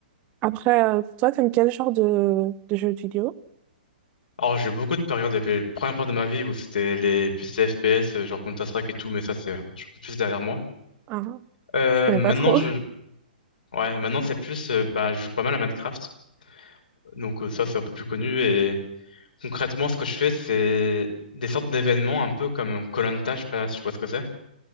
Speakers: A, on the right; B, on the left.
A: Après, euh, toi, t'aimes quel genre de, de jeux vidéo?
B: Alors, j'ai eu beaucoup de périodes, les premières périodes de ma vie où c'était les plus les FPS, euh, genre Counter-Strike et tout, mais ça, c'est, je suis un peu plus derrière moi.
A: Ah,
B: Euh,
A: je connais
B: maintenant,
A: pas trop.
B: je, ouais, maintenant, c'est plus, euh, bah, je joue pas mal à Minecraft. Donc, euh, ça, c'est un peu plus connu. Et concrètement, ce que je fais, c'est des sortes d'événements un peu comme koh je sais pas si tu vois ce que c'est,